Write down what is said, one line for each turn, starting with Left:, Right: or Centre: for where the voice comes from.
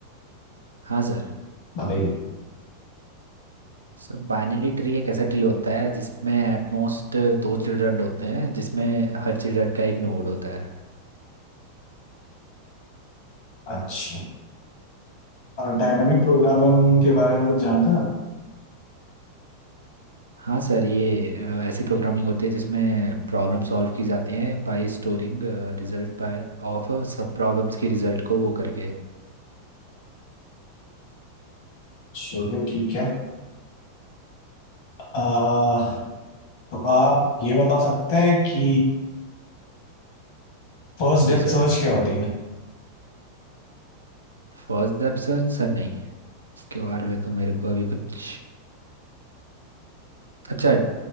Right: हाँ सर
Left: बताइए
Right: सर बाइनरी ट्री एक ऐसा ट्री होता है जिसमें एटमोस्ट दो चिल्ड्रन होते हैं जिसमें हर चिल्ड्रन का एक नोड होता है
Left: अच्छा और डायनामिक प्रोग्रामिंग के बारे में कुछ जानते हैं आप
Right: हाँ सर ये अ, ऐसी प्रोग्रामिंग होती है जिसमें प्रॉब्लम सॉल्व की जाती है by storing result by of sub problems की रिजल्ट को वो करके
Left: चलिए ठीक है अह, तो आप ये बता सकते हैं कि फर्स्ट डेप्थ
Right: जी sir
Left: सर्च क्या होती है
Right: First depth search sir नहीं इसके बारे में तो मेरे को अभी कुछ अच्छा